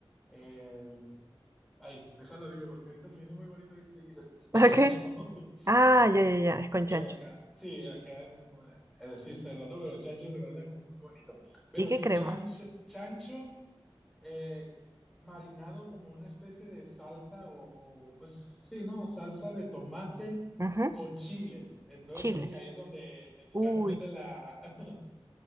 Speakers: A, in the centre; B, on the right.
A: el... Ay, déjalo digo, porque ahorita se me hizo muy bonito que tú le dijiste, el
B: Ok.
A: chancho. <laughs>
B: Ah, ya, ya, ya, es con
A: digo,
B: chancho.
A: acá, sí, acá es muy común es decir cerdo, ¿no? Pero chancho se me hace como muy bonito. Pero
B: ¿Y qué
A: sí,
B: cremas?
A: chancho, chancho eh, marinado como una especie de salsa o, o, pues sí, ¿no? Salsa de tomate
B: Ujú.
A: con chiles. Entonces
B: Chiles.
A: creo que ahí es donde el mexicano
B: Uy,
A: mete la, <laughs>